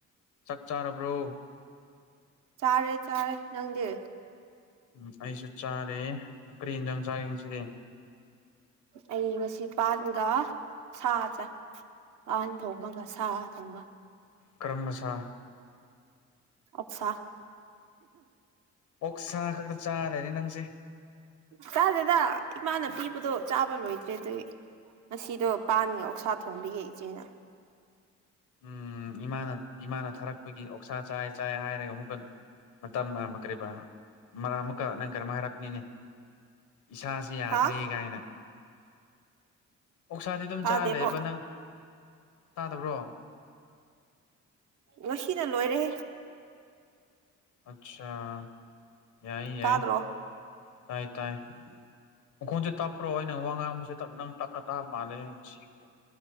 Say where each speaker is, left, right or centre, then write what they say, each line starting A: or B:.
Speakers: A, on the left; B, on the right.
A: ꯆꯥꯛ ꯆꯥꯔꯕ꯭ꯔꯣ
B: ꯆꯥꯔꯦ ꯆꯥꯔꯦ ꯅꯪꯗꯤ
A: ꯎꯝ ꯑꯩꯁꯨ ꯆꯥꯔꯦ ꯀꯔꯤ ꯌꯦꯟꯖꯥꯡ ꯆꯥꯒꯡꯁꯤꯒꯦ
B: ꯑꯩ ꯉꯁꯤ ꯄꯥꯟꯒ ꯁꯥ ꯆꯥꯏ ꯄꯥꯟ ꯊꯣꯡꯃꯒ ꯁꯥ ꯊꯣꯡꯕ
A: ꯀꯔꯃꯁ
B: ꯑꯠꯆꯥ
A: ꯑꯣꯛ ꯁꯥ ꯈꯛꯇ ꯆꯥꯔꯅꯤ ꯅꯪꯁꯦ
B: ꯆꯥꯗꯦꯗ ꯏꯃꯥꯅ ꯄꯤꯕꯗꯣ ꯆꯥꯕ ꯂꯣꯏꯗ꯭ꯔꯦ ꯑꯗꯨꯗꯤ ꯉꯁꯤꯗꯣ ꯄꯥꯟꯒ ꯑꯣꯛꯁꯥ ꯊꯣꯡꯕꯤꯌꯦꯦ ꯏꯆꯦꯅ
A: ꯎꯝ ꯏꯃꯥꯅ ꯏꯃꯥꯅ ꯊꯥꯔꯛꯄꯒꯤ ꯑꯣꯛꯁꯥ ꯆꯥꯏ ꯆꯥꯏ ꯍꯥꯏꯔꯒ ꯑꯃꯨꯛꯀꯟ ꯃꯇꯝ ꯃꯔꯥꯡ ꯀꯔꯤꯕ ꯑꯃꯨꯛꯀ ꯅꯪ ꯀꯔꯝ ꯍꯥꯏꯔꯛꯀꯅꯤꯅꯦ ꯏꯁꯥꯁꯤ ꯌꯥꯗ꯭ꯔꯒꯥꯏꯅ
B: ꯍꯥ
A: ꯑꯣꯛꯁꯥꯗꯤ ꯑꯗꯨꯝ
B: ꯇꯥꯗꯦꯕꯣ
A: ꯆꯥꯔꯕ ꯅꯪ ꯇꯥꯗꯕ꯭ꯔꯣ
B: ꯉꯁꯤꯅ ꯂꯣꯏꯔꯦ
A: ꯑꯆꯥꯥ ꯌꯥꯏ ꯌꯥꯏ
B: ꯇꯥꯗ꯭ꯔꯣ
A: ꯇꯥꯏ ꯇꯥꯏꯀꯆ ꯇꯞ꯭ꯔꯣꯩꯅ ꯋꯥꯉ ꯦꯞ ꯅꯪ ꯇꯞꯅ ꯇꯥꯕ ꯃꯥꯜꯂꯦꯁꯤꯁꯦ